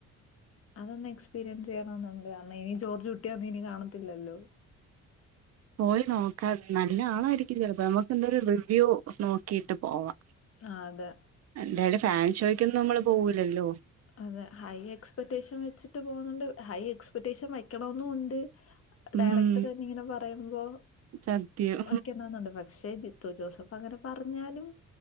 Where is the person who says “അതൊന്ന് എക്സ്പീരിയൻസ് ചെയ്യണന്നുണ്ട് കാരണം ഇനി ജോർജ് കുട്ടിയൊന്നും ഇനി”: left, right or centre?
Left